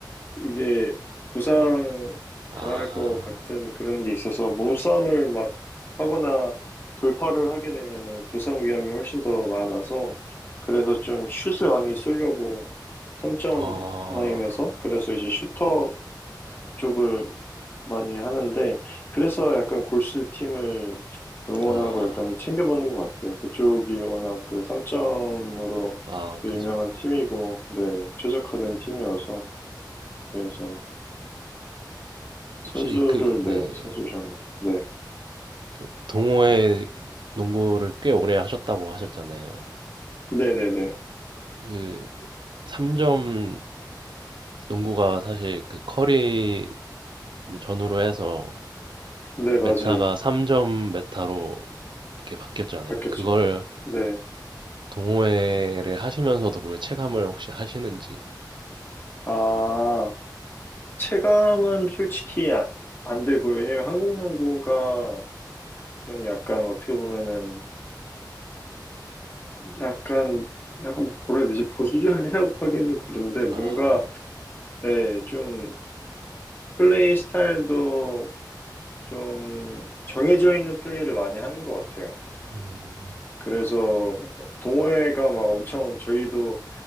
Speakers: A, on the left; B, on the right.
A: 이게 부상
B: 아,
A: 당할 것 같은 그런 게 있어서 몸싸움을 막 하거나 돌파를 하게 되면은 부상 위험이 훨씬 더 많아서 그래서 좀 슛을 많이 쏘려고 3점
B: 어,
A: 라인에서 그래서 이제 슈터 쪽을 많이 하는데, 그래서 약간 골스 팀을 응원하고
B: 아,
A: 약간 챙겨보는 것 같아요. 그쪽이 워낙 그 3점으로
B: 아,
A: 유명한
B: 그죠. 그죠.
A: 팀이고, 네, 최적화된 팀이어서, 그래서 선수를,
B: 혹시 그, 네,
A: 네, 선수 좋아합니다. 네.
B: 그 동호회 농구를 꽤 오래 하셨다고 하셨잖아요.
A: 네네네.
B: 그 3점 농구가 사실 그 커리 전후로 해서
A: 네,
B: 메타가
A: 맞아요.
B: 3점 메타로 이렇게 바뀌었잖아요.
A: 바뀌었죠.
B: 그걸
A: 네.
B: 동호회를 하시면서도 그걸 체감을 혹시 하시는지.
A: 아, 체감은 솔직히 아- 안 되고요. 왜냐면 한국 농구가 좀 약간 어떻게 보면은 약간, 약간, 뭐라 해야 되지? 보수적이라고 <laughs> 하긴 좀 그런데, 뭔가,
B: 아, 네.
A: 예, 좀, 플레이 스타일도 좀 정해져 있는 플레이를 많이 하는 것 같아요.
B: 음,
A: 그래서, 동호회가 막 엄청, 저희도